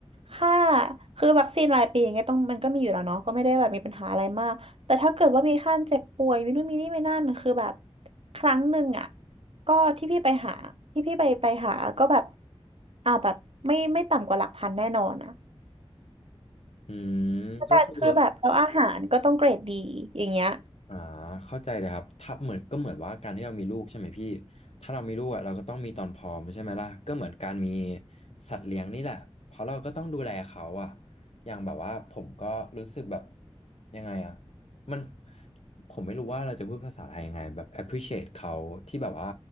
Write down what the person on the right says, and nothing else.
ค่าคือวัคซีนรายปีอย่างเงี้ยต้องมันก็มีอยู่แล้วเนาะก็ไม่ได้แบบมีปัญหาอะไรมากแต่ถ้าเกิดว่ามีค่าเจ็บป่วยมีนู่นมีนี่มีนั่นคือแบบครั้งหนึ่งอ่ะก็ที่พี่ไปหาที่พี่ไปไปหาก็แบบอ่าแบบไม่ไม่ต่ำกว่าหลักพันแน่นอนอ่ะ
เพราะฉะนั้นคือแบบแล้วอาหารก็ต้องเกรดดีอย่างเงี้ย